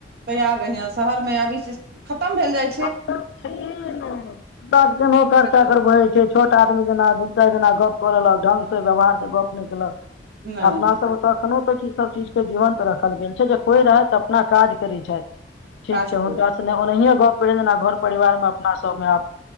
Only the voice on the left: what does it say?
सब के नोकर
चाकर
छोट आदमी जेना दू चारि जेना गप कऽ लेलक ढंग स व्यवहार से गप नहि केलक
अपना सब तखनो तक क ई सब चीज के जीवंत राखल गेल कोई रह अपना काज करै छथि ठीक
छै
हुनका ओनाहि गप कर घर परिवार में अपना सब मे